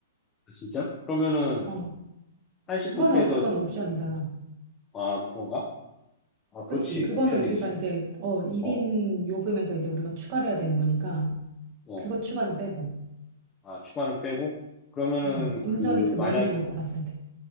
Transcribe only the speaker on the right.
어,
그거는
어쨌거나 옵션이잖아.
그치? 그거는
우리가 이제, 어, 1인
요금에서 이제 우리가 추가를 해야 되는 거니까,
그거 추가는 빼고.
음, 온전히
그 메뉴만
놓고 봤을 때.